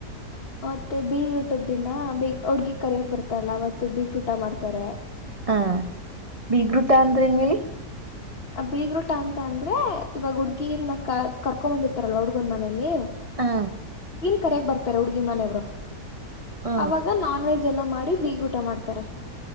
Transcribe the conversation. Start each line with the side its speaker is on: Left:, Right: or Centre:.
Left: ಮತ್ತೆ ಬೀಗರೂಟ ದಿನ ಬಿಗ್ ಹುಡ್ಗಿ ಕರಿಯಕ್ ಬರ್ತಾರಲ್ಲ ಅವತ್ತು ಬೀಗ್ ರುಟ ಮಾಡ್ತಾರೆ
Right: ಹಾ ಬೀಗೃಟಾ ಅಂದ್ರೆನು ಹೇಳಿ
Left: ಬೀಗ್ರೋಟಾ ಅಂತ ಅಂದ್ರೆ ಇವಾಗ ಹುಡ್ಗಿನ ಕ ಕರ್ಕೊ ಬಂದಿರ್ತಾರಲ್ಲ ಹುಡ್ಗನ್ ಮನೇಲಿ
Right: ಹಾ
Left: ಕರ್ಯಗ್ <unintelligible> ಬರ್ತಾರೆ ಹುಡ್ಗಿ ಮನೆಯವ್ರು
Right: ಹ
Left: ಅವಾಗ ನಾನ್ ವೆಜ್ ಎಲ್ಲಾ ಮಾಡಿ ಬೀಗ್ರ ಊಟ ಮಾಡ್ತಾರೆ